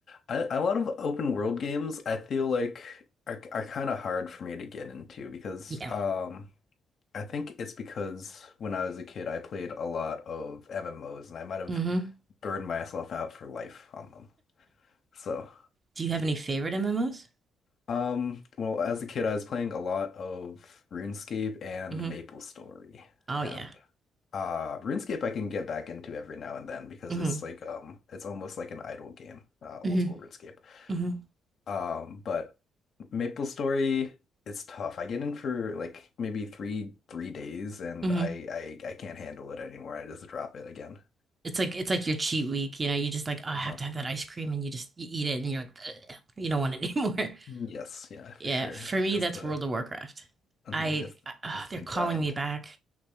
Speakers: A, on the left; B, on the right.
A: I, a lot of open world games I feel like are are kind of hard for me to get into because,
B: yeah.
A: um, I think it's because when I was a kid I played a lot of MMOs and I might have.
B: hmm
A: burn myself out for life on them. So,
B: Do you have any favorite MMOs?
A: um, well, as a kid, I was playing a lot of RuneScape and
B: Mm-hmm.
A: MapleStory.
B: Oh
A: And
B: yeah.
A: uh RuneScape I can get back into every now and then because
B: hmm
A: it's like um it's almost like an idle game, uh old
B: hmm
A: school RuneScape.
B: hmm
A: Um, but MapleStory it's tough. I get in for like maybe three three days and
B: hmm
A: I I I can't handle it anymore. I just drop it again.
B: It's like it's like your cheat week. You know, you just like oh, I have
A: Uh,
B: to have that ice cream, and you just you eat it, and you're like "Ugh, you don't want it anymore.
A: yes, yeah,
B: <laughs>
A: for
B: yeah.
A: sure.
B: For me,
A: As
B: that's
A: the
B: World of Warcraft.
A: hmm
B: I,
A: It's
B: I oh,
A: it's the
B: they're calling
A: grind.
B: me back.